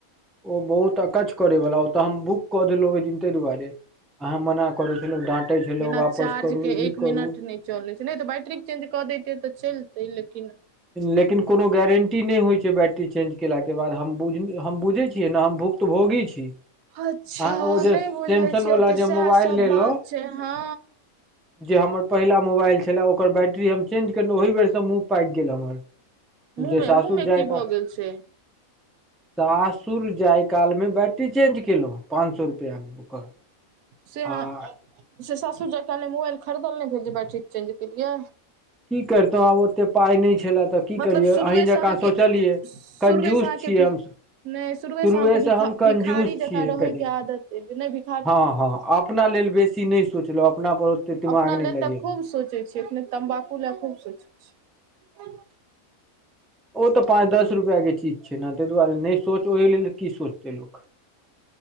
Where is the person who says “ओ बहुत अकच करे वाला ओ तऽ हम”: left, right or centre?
Centre